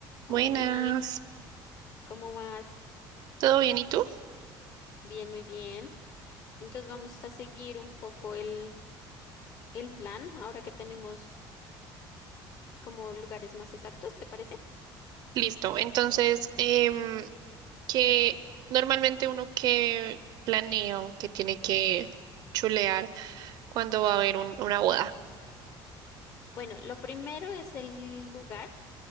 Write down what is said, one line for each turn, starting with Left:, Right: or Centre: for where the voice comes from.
Right: Buenas,
Left: Hola, ¿cómo vas?
Right: ¿todo bien? ¿Y tú?
Left: Bien, muy bien. Entonces vamos a seguir un poco el, el plan ahora que tenemos como lugares más exactos, ¿te parece?
Right: Listo. Entonces, em, que normalmente uno que planea o que tiene que chulear cuando va a haber un- una boda.
Left: Bueno, lo primero es el lugar